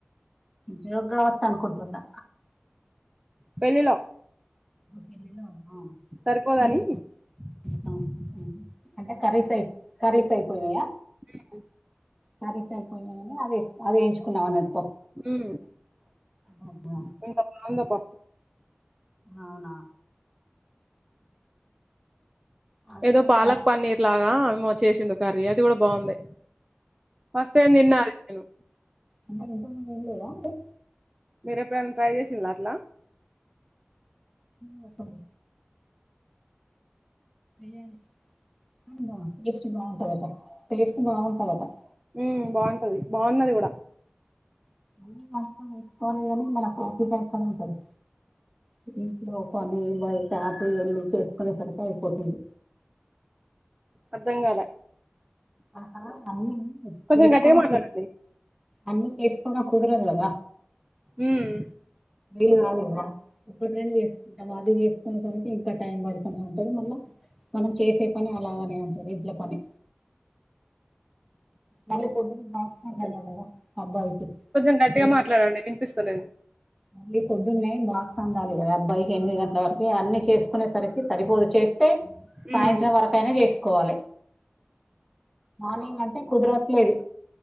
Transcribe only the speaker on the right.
పెళ్ళిలో
సరిపోదని
బ
ఇంత
మందా పా
ఏదో పాలక్
పన్నీర్ లాగా అవిమ వచ్చేసిందు కర్రీ అది కూడా బాగుంది ఫస్ట్ టైం తిన్నా నేను
మీర ఎప్పుడైన ట్రై చేసిండ్ల అట్ల
ఊమ్ బాగుంటది బాగున్నది కూడ
అర్ధం కాలే
కొంచెం
గట్టిగా
మాట్లాడండి
ఊమ్
కొంచెం గట్టిగ
మాట్లాడండి ఇనిపిస్తలేదు
ఉమ్